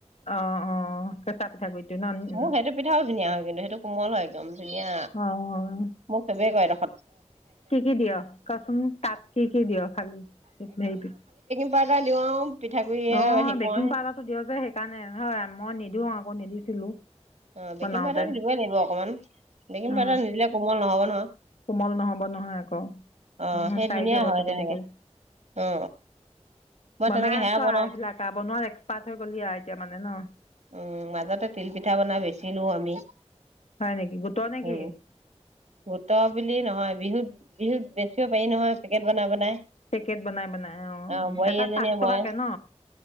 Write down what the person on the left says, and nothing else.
অহ অ কেঁচা পিঠাগুড়টো ন উ
অ
কি কি দিয় কচোন তাত কি কি দিয় খালি হেৰি
অ
বেকিং
পাউদাৰ টো দিয় যে সেইকাৰণে হয় মই নিদিও আকৌ নিদিছিলো
বনাওতে
অ
কোমল নহব নহয় আকৌ
টাইট
হ'ব
কেটু
কেটু
বনাই
আছ
আৰু
এইবিলাক আৰু বনোৱাত এক্সপাৰ্ট হৈ গ'লি আৰু এতিয়া মানে ন
হয় নেকি গোটৰ নে কি
পেকেট বনাই বনাই
এটাত
পাঁচ টকাকে
ন